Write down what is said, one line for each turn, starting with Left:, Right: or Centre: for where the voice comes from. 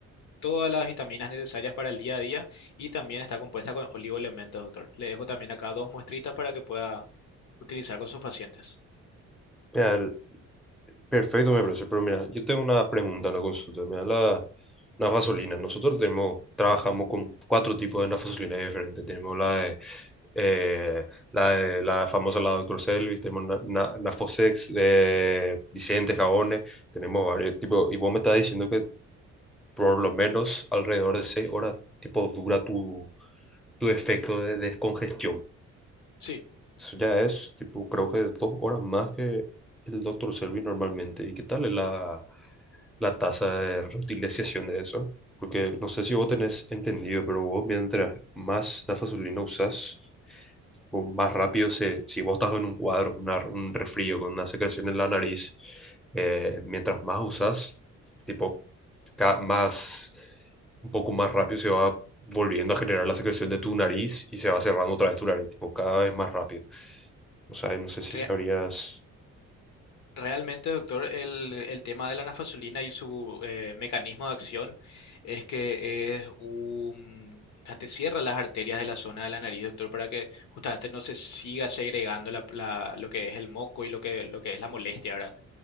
Left: todas las vitaminas necesarias para el día a día y también está compuesta con oligoelementos, doctor. Le dejo también acá dos muestritas para que pueda utilizar con sus pacientes.
Centre: Mira, el- perfecto me parece, pero mira, yo tengo una pregunta, una consulta. Mira, la nafazolina. Nosotros tenemos, trabajamos con cuatro tipos de nafazolina diferentes. Tenemos la de, eh, la, de- la famosa, la doctor Selvis, tenemos na, na- Nafosex, eh, Vicente, jabones, tenemos varios tipos. Y vos me estás diciendo que por lo menos alrededor de seis horas, tipo, dura tu, tu efecto de descongestión.
Left: Sí,
Centre: Eso ya es, tipo, creo que dos horas más que el doctor Selby normalmente. ¿Y qué tal es la, la tasa de reutilización de eso? Porque no sé si vos tenés entendido, pero vos mientras más dafasolina usás, o más rápido se, si vos estás con un cuadro, una- un resfrío, con una secreción en la nariz, eh, mientras más usas, tipo, ca- más, un poco más rápido se va volviendo a generar la secreción de tu nariz y se va cerrando otra vez tu nariz, tipo, cada vez más rápido. O sea, no sé si
Left: rea-
Centre: sabrías...
Left: realmente, doctor, el, el tema de la nafazolina y su eh, mecanismo de acción es que es un... o sea, te cierra las arterias de la zona de la nariz, doctor, para que justamente no se siga segregando la- la- lo que es el moco y lo que, lo que es la molestia, ¿verdad?